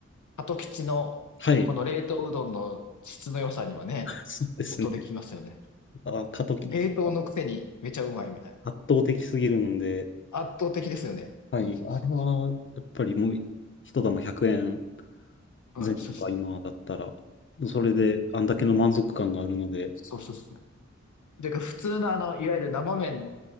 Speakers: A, on the left (about 80°); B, on the left (about 45°).
A: 鳩吉のこの冷凍うどんの質の良さにはね、
B: はい。<laughs> そうですね。
A: 音で聞きますよね。
B: あ、過渡期が
A: 冷凍のくせにめちゃうまいみたいな。
B: 圧倒的すぎるので、
A: 圧倒的ですよね。
B: はい。
A: うん、そうそうそ
B: あれは、やっぱりもう、一玉100円
A: う。
B: 前後か、
A: うん、そうそう。
B: 今だったら。それで、
A: うん。
B: あんだけの満足感があるので、
A: そうそうそう。てか、普通のあの、いわゆる生麺